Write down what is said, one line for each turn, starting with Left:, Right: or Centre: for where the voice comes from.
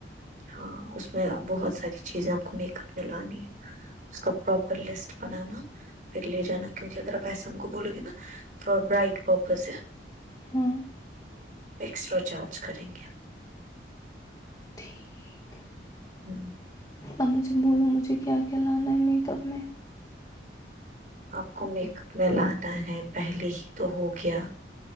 Right: ہاں اس میں بہت ساری چیزیں آپ کو میک اپ میں لانی ہے اس کا پراپر لسٹ بنانا پھر لے جا کیونکہ اگر پیسے ہم کو بولے گے نا ف برائٹ پپز ہے
Left: ہوں
Right: سٹر گ
Left: ٹھیک
Right: ہوں
Left: ا مجھے بولوں مجھے کیا کیا لانا ہے میک اپ میں
Right: آپ کو میک اپ میں لانا ہے پہلے ہی تو ہو گیا